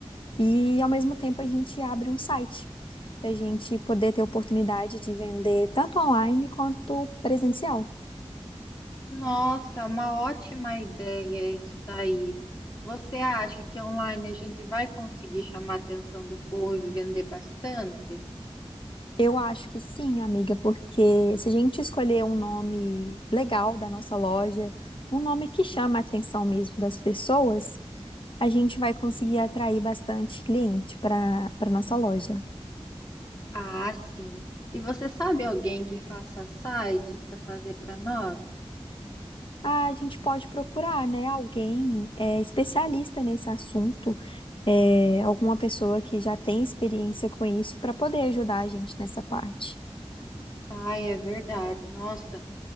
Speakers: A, on the left; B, on the left.
A: e ao mesmo tempo a gente abre um site para a gente poder ter oportunidade de vender tanto online quanto presencial.
B: Nossa, uma ótima ideia isso daí. Você acha que online a gente vai conseguir chamar a atenção do povo e vender bastante?
A: Eu acho que sim, amiga, porque se a gente escolher um nome legal da nossa loja, um nome que chama a atenção mesmo das pessoas, a gente vai conseguir atrair bastante cliente para para nossa loja.
B: Ah, sim. E você sabe alguém que faça site para fazer para nós?
A: Ah, A gente pode procurar, né, alguém é, especialista nesse assunto, é, alguma pessoa que já tem experiência com isso para poder ajudar a gente nessa parte.
B: Ai, é verdade. Nossa,